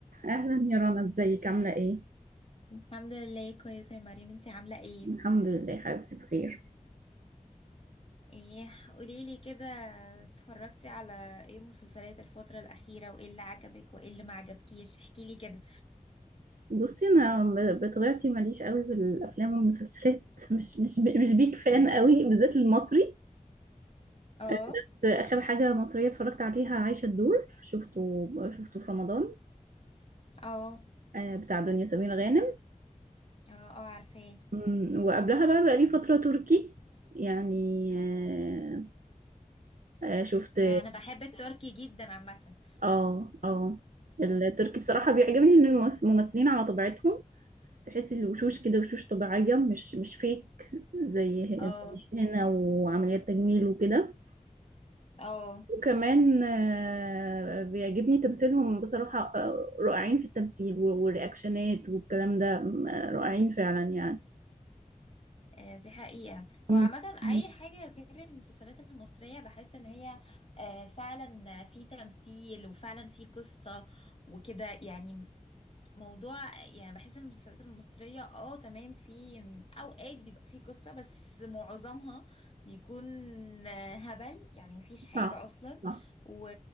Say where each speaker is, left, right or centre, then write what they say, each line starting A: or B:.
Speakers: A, on the right; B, on the left.
A: اهلا يا رنا ازيك عامله ايه
B: الحمد لله كويسة يا مريم انتي عاملة ايه؟
A: الحمد لله حبيبتي بخير
B: ايه قوليلي كده اتفرجتي على ايه مسلسلات الفترة الأخيرة وايه اللي عجبك وايه اللي ما عجبكيش احكيلي كده
A: بصي انا ب- بطبيعتي ماليش قوي بالافلام والمسلسلات <laughs> مش مش ب- مش بيك فان قوي بالذات المصري
B: اه
A: بس اخر حاجه مصريه اتفرجت عليها عايشه الدور شفته شفته في رمضان
B: اه اه
A: آه، بتاع دنيا سمير غانم
B: اه عارفاه
A: أمم، وقبلها بقى بقى لي فتره تركي يعني آه، آه، شفت
B: انا بحب التركي جدا عامة
A: اه اه
B: <laughs>
A: التركي
B: اه
A: بصراحه بيعجبني ان الممثلين على طبيعتهم تحسي الوشوش كده وشوش طبيعية مش مش فيك زي ه-
B: اه
A: زي هنا وعمليات تجميل وكده
B: اه
A: وكمان آه، بيعجبني تمثيلهم بصراحة آه، رائعين في التمثيل وال- والرياكشنات والكلام ده م- آه، رائعين فعلا يعني
B: آه، دي حقيقة
A: مم.
B: هو عامة
A: مم.
B: أي حاجة غير المسلسلات المصرية بحس إن هي آه، فعلا في تمثيل وفعلا في قصة وكده يعني موضوع يعني بحس ان المسلسلات المصرية اه تمام في اوقات بيبقى في قصة بس معظمها بيكون هبل يعني مفيش حاجة
A: صح
B: اصلا
A: صح
B: و...